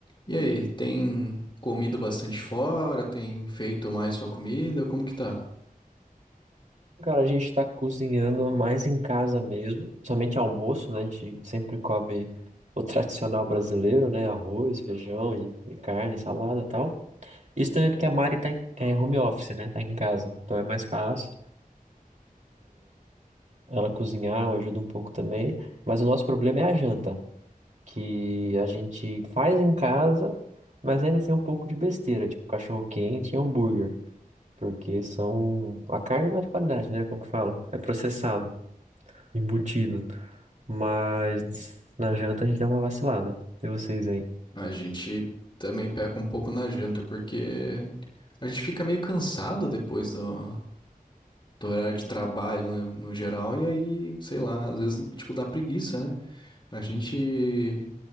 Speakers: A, on the left; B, on the right.
A: E aí, tem comido bastante fora? Tem feito mais sua comida? Como que tá?
B: Cara, a gente tá cozinhando mais em casa mesmo, somente almoço, né? A gente sempre come o tradicional brasileiro, né? Arroz, feijão e, e carne, salada e tal. Isso também porque a Mari tá em, é home office, né? Tá em casa, então é mais fácil ela cozinhar, eu ajudo um pouco também. Mas o nosso problema é a janta, que a gente faz em casa, mas ainda assim é um pouco de besteira, tipo cachorro quente e hambúrguer, porque são... A carne não é de qualidade, né? Como que fala? É processado, embutido. Mas na janta a gente dá uma vacilada. E vocês, hein?
A: A gente também peca um pouco na janta, porque a gente fica meio cansado depois do, do horário de trabalho no, no geral, e aí, sei lá, às vezes, tipo, dá preguiça, né? A gente